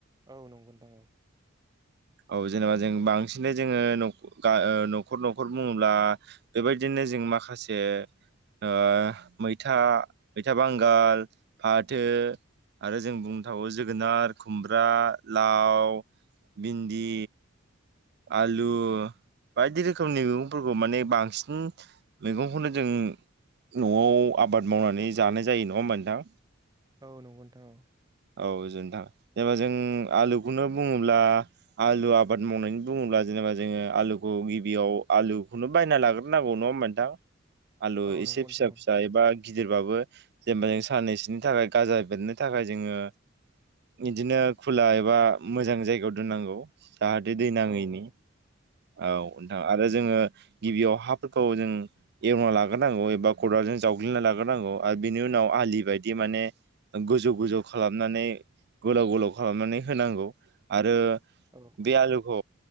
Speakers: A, on the right; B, on the right.
A: औ नंगौ नोंथां औ
B: औ जेनेबा जों बांसिनै जोङो न'खर न'खर बुङोब्ला बेबायदिनो जों माखासे ओ मैथा मैथा बांगाल फाथो आरो जों बुंनो थाबावो जोगोनार खुमब्रा लाव भिन्दि आलु बायदि रोखोमनि मैगंफोरखौ माने बांसिन मैगंखौनो जों न'आव आबाद मावनानै जानाय जायो नङा होमबा नोंथां
A: औ नंगौ नोंथां औ
B: औ गोजोनथों जेनेबा जों आलुखौनो बुङोब्ला आलु आबाद मावनायनि बुङोब्ला जेनेबा जोङो आलुखौ गिबियाव आलुखौनो बायना लाग्रोनांगौ नङा होनोमबा नोंथां आलु
A: औ
B: एसे
A: नंगौ नोंथां
B: फिसा फिसा एबा गिदिरबाबो जेनेबा जों साननैसोनि थाखाय गाजा बेरनो थाखाय जोङो इदिनो खुला एबा मोजां जायगायाव दोननांगौ जाहाथे नांङैनि
A: औ औ
B: औ नोंथां आरो जोङो गिबियाव हाफोरखौ जों एवना लाग्रोनांगौ एबा खदालजों जावग्लिना लाग्रोनांगौ आरो बेनि उन उनाव आलि बायदि माने गोजौ गोजौ खालामनानै गोलाव गोलाव खालामनानै होनांगौ आरो
A: औ औ
B: बे आलुखौ